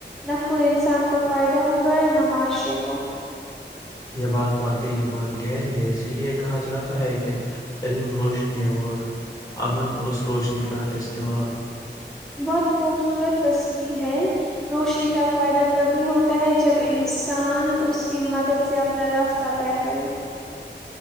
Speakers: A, in the centre; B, on the left.
A: نہ خود انسان کو فائدہ ہوگا نہ معاشرے کو
B: یہ بات واقعی بہت گہری ہے اسی لیے کہا جاتا ہے کہ علم روشنی اور امن اس روشنی کا استعمال
A: بہت خوبصورت تصبح ہے روشنی کا فائدہ تبھی ہوتا ہے جب انسان اس کی مدد سے اپنا راستہ طے کرے